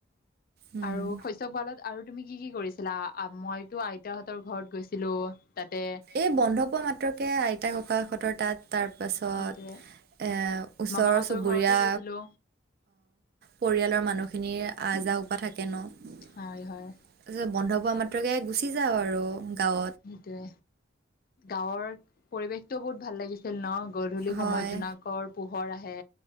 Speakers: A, on the right (about 45°); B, on the left (about 45°).
A: উম,
B: আৰু শস্য গোৱালত আৰু তুমি কি কি কৰিছিলা মইতো আইতাহঁতৰ ঘৰত গৈছিলো তাতে
A: এই বন্ধ পোৱা মাত্ৰকে আইতা ককাশঁতৰ তাত তাৰ পাছত
B: সেইটোয়ে
A: এ ওচৰৰ
B: মামাহঁতৰ
A: চুবুৰীয়া
B: ঘৰতো গৈছিলো।
A: পৰিয়ালৰ মানুহখিনিৰ আহ যাহ পাহ থাকে তাৰত
B: হয় হয়
A: বন্ধ প মাত্ৰকে গুচি যাও আৰু গাঁৱত
B: সেইটোয়ে গাঁৱৰ পৰিৱেশটোও বহুত ভাল লাগিছিল ন গধূলি
A: হয়।
B: সময়ত জোনাকৰ পোহৰ আহে